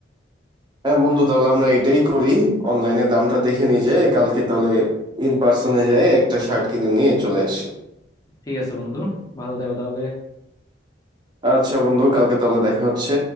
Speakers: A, on the right; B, on the left.
A: হ্যাঁ বন্ধু তাহলে আমরা এটাই করি অনলাইনে দামটা দেখে নিয়ে যাই কালকে তাহলে ইন পার্সনে যাই একটা শার্ট কিনে নিয়ে চলে আসি
B: ঠিক আছে বন্ধু ভালো থাকো তাহলে
A: আচ্ছা বন্ধু কালকে তাহলে দেখা হচ্ছে